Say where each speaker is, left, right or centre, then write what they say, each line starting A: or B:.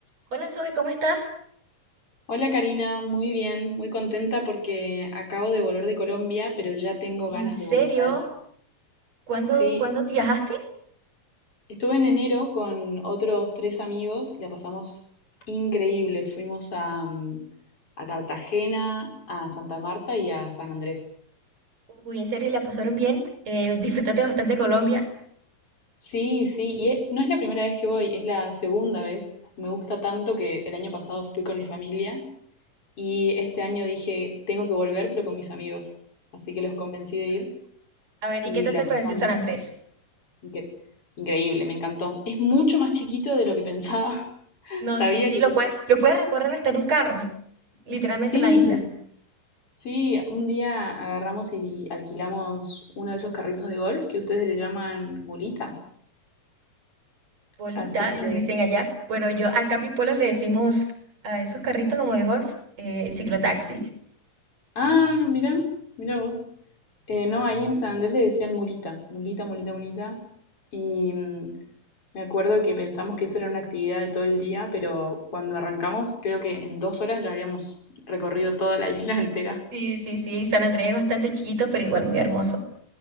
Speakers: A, on the right (about 50°); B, on the left (about 40°).
A: Hola Zoe, ¿cómo estás?
B: Hola Karina, muy bien, muy contenta porque acabo de volver de Colombia, pero ya tengo
A: ¿En
B: ganas
A: serio?
B: de volver.
A: ¿Cuándo,
B: Sí,
A: cuándo viajaste?
B: estuve en enero con otros tres amigos y la pasamos increíble. Fuimos a, mm, a Cartagena, a Santa Marta y a San Andrés.
A: Uy, en serio, ¿y la pasaron bien. Eh, disfrutaste bastante Colombia.
B: Sí, sí, y e- no es la primera vez que voy, es la segunda vez. Me gusta tanto que el año pasado fui con mi familia y este año dije, tengo que volver, pero con mis amigos. Así que los convencí de ir
A: A ver,
B: y
A: ¿y qué tal
B: la
A: te
B: pasamos.
A: pareció San Andrés?
B: Incre- increíble, me encantó. Es mucho más chiquito de lo que pensaba. <laughs>
A: No,
B: Sabía
A: sí, sí,
B: que...
A: lo puedes, lo puedes recorrer hasta en un carro. Literalmente
B: Sí,
A: la isla.
B: sí, un día agarramos y alquilamos uno de esos carritos de golf que ustedes le llaman mulita.
A: Bolita,
B: Así que...
A: le dicen allá. Bueno, yo acá en mi pueblo le decimos a esos carritos como de golf, eh, ciclotaxi.
B: Ah, no, mira, mira vos. Eh, no, ahí en San Andrés le decían mulita, mulita, mulita, mulita. Y mm, me acuerdo que pensamos que eso era una actividad de todo el día, pero cuando arrancamos, creo que en dos horas ya habíamos recorrido toda la <laughs> isla entera.
A: Sí, sí, sí, San Andrés es bastante chiquito, pero igual muy hermoso.